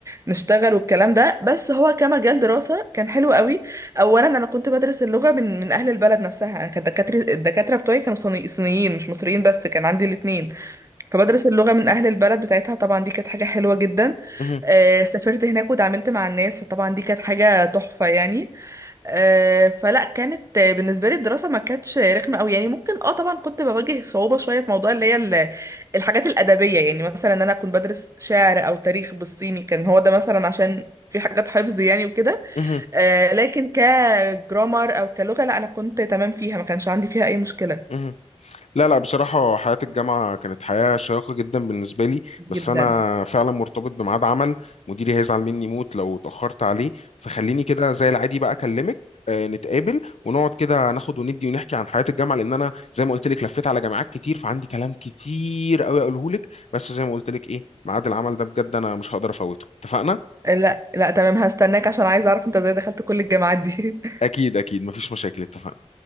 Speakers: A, on the right; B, on the left.
A: نشتغل والكلام ده بس هو كمجال دراسة كان حلو قوي اولا انا كنت بدرس اللغه من من اهل البلد نفسها انا كانت دكاتره الدكاتره بتوعي كانوا صيني- صينيين مش مصريين بس كان عندي الاثنين فبدرس اللغه من اهل البلد بتاعتها طبعا دي كانت حاجه حلوه جدا
B: مهم.
A: آه سافرت هناك وتعاملت مع الناس فطبعا دي كانت حاجه تحفه يعني آه فلا كانت آه، بالنسبه لي الدراسه ما كانتش رخمه قوي يعني ممكن اه طبعا كنت بواجه صعوبه شويه في موضوع اللي هي ال- الحاجات الادبيه يعني مثلا انا كنت بدرس شعر او تاريخ بالصيني كان هو ده مثلا عشان في حاجات حفظ يعني وكده
B: مهم.
A: آه، لكن كجرامر او كلغه لا انا كنت تمام فيها ما كانش عندي فيها اي مشكله
B: مهم. لا لا بصراحة حياة الجامعة كانت حياة شيقة جدا بالنسبة لي
A: جدا
B: بس أنا فعلا مرتبط بميعاد عمل مديري هيزعل مني موت لو اتأخرت عليه فخليني كده زي العادي بقى أكلمك آه، نتقابل ونقعد كده ناخد وندي ونحكي عن حياة الجامعة لأن أنا زي ما قلت لك لفيت على جامعات كتير فعندي كلام كتير أوي أقوله لك بس زي ما قلت لك إيه ميعاد العمل ده بجد أنا مش هقدر أفوته اتفقنا؟
A: آه، لا لا تمام هستناك عشان عايزه اعرف انت ازاي دخلت كل الجامعات دي <laughs>
B: أكيد أكيد مفيش مشاكل اتفقنا